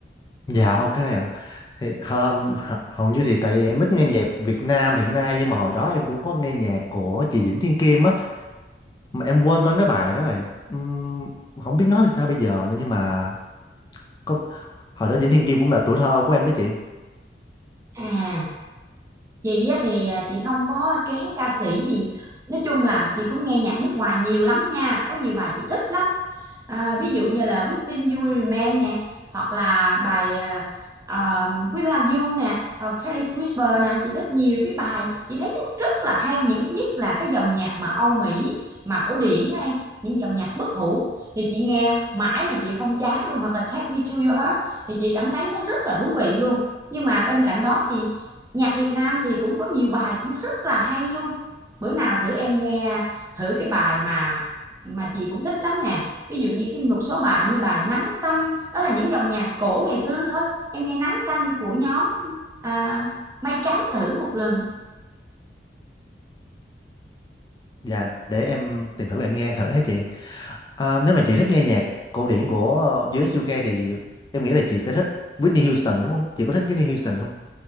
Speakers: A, on the left (about 25°); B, on the right (about 15°).
A: dạ ok ạ thì um, h- hầu như thì tại em ít nghe nhạc Việt Nam hiện nay nhưng mà hồi đó em cũng có nghe nhạc của chị Vĩnh Thiên Kim á mà em quên tên cái bài đó rồi Ừm, không biết nói sao bây giờ nữa nhưng mà Có, hồi đó Vĩnh Thiên Kim cũng là tuổi thơ của em đó chị.
B: à chị á thì à, chị không có kén ca sĩ gì nói chung là chị cũng nghe nhạc nước ngoài nhiều lắm nha có nhiều bài chị thích lắm à, ví dụ như là Within You Will Remain nè hoặc là bài à, à, Without You nè hoặc Careless Whisper nè chị thích nhiều cái bài chị thấy nó rất là hay những nhất là cái dòng nhạc mà Âu Mỹ mà cổ điển đó em những dòng nhạc bất hủ thì chị nghe mãi mà chị không chán luôn hoặc là Take Me to Your Heart thì chị cảm thấy nó rất là thú vị luôn nhưng mà bên cạnh đó thì nhạc Việt Nam thì cũng có nhiều bài cũng rất là hay luôn bữa nào thử em nghe thử cái bài mà mà chị cũng thích lắm nè ví dụ như cái một số bài như bài Nắng Xanh đó là những dòng nhạc cổ ngày xưa thôi em nghe Nắng Xanh của nhóm à, Mây Trắng thử một lần
A: Và để em tìm thử em nghe thử hả chị. À, nếu mà chị thích nghe nhạc cổ điển của ờ, US UK thì em nghĩ là chị sẽ thích Whitney Houston đúng không? Chị có thích Whitney Houston không?